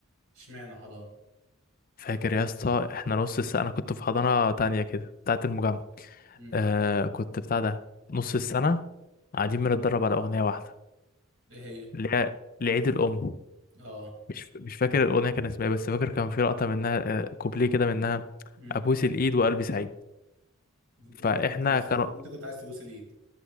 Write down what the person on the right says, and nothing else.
اشمعنى حضانه
امم
ايه هي
اه
امم
وانت كنت عايز
وانت كنت عايز تبوس الايد